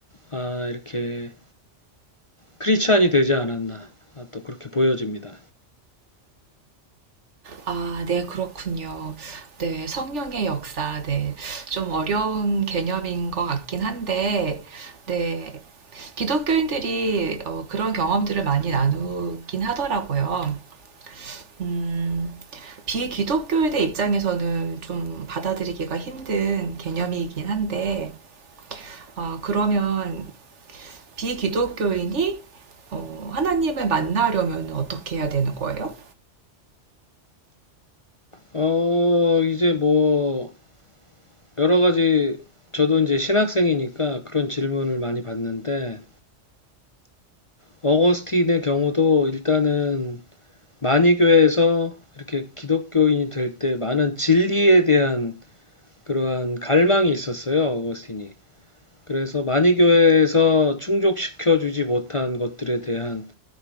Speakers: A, on the left (about 30°); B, on the right (about 70°).
A: 아, 이렇게 크리스찬이 되지 않았나 아, 또 그렇게 보여집니다.
B: 아, 네, 그렇군요. 네, 성령의 역사, 네. 좀 어려운 개념인 것 같긴 한데, 네, 기독교인들이 어, 그런 경험들을 많이 나누긴 하더라고요. 음, 비기독교인의 입장에서는 좀 받아들이기가 힘든 개념이긴 한데, 아, 그러면 비기독교인이 어, 하나님을 만나려면 어떻게 해야 되는 거예요?
A: 어 이제 뭐 여러 가지 저도 이제 신학생이니까 그런 질문을 많이 받는데 어거스틴의 경우도 일단은 만이교에서 이렇게 기독교인이 될 때 많은 진리에 대한 그러한 갈망이 있었어요 어거스틴이. 그래서 만이교회에서 충족시켜 주지 못한 것들에 대한